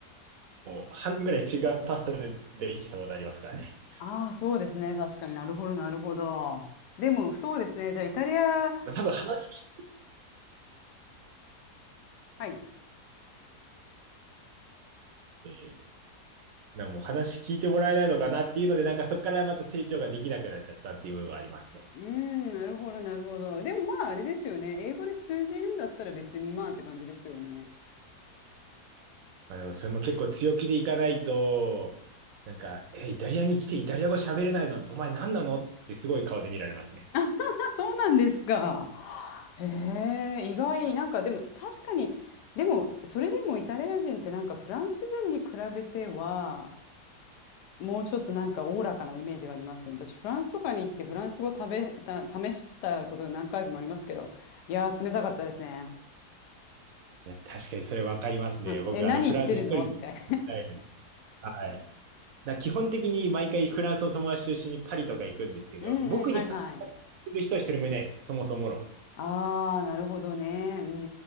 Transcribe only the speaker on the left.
ああ、そうですね。確かになるほど、なるほど。でも、そうですね。じゃあイタリア、
はい。
うん、なるほど、なるほど。でもまあ、あれですよね。英語で通じるんだったら別にまあって感じですよね。
あ、そうなんですか。へえ、意外。なんかでも確かに、でもそれでもイタリア人ってなんかフランス人に比べては、もうちょっとなんかおおらかなイメージがありますよね。私、フランスとかに行ってフランス語食べた、試したことが何回もありますけど、いやー、冷たかったですね。
うん、
え、何言ってるのって。
<laughs> うんうん、
はいはい。
ああ、なるほどね。うんう